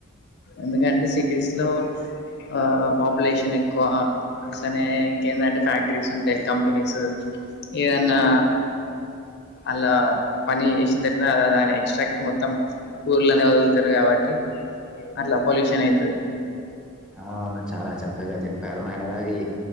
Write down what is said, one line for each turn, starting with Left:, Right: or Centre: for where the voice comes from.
Left: ఎందుకంటే సిటీస్ లో ఆ పాపులేషన్ ఎక్కువ అట్లనే ఇంకేందంటే ఫ్యాక్టరీస్ ఉంటాయి కంపెనీస్ ఏదన్నా అలా పని చేేసిన తర్వాత అలా దాని ఎక్స్ట్రాక్ మొత్తం ఊర్లునే వదులుతారు కాబట్టి అట్లా పొల్యూషన్ అయితుది
Centre: ఆ చాలా చక్కగా చెప్పారు అండ్ అలాగే